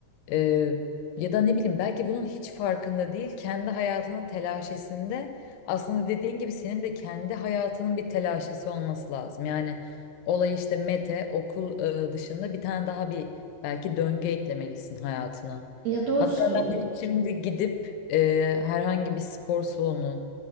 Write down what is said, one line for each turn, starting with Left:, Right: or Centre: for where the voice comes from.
Left: e, ya da ne bileyim belki bunun hiç farkında değil kendi hayatının telaşesinde aslında dediğin gibi senin de kendi hayatının bir telaşesi olması lazım. Yani olay işte Mete okul e, dışında bir tane daha bir belki döngü eklemelisin hayatına.
Right: Ya doğru
Left: Hatta
Right: söylüyorsun.
Left: ben de şimdi gidip e, herhangi bir spor salonu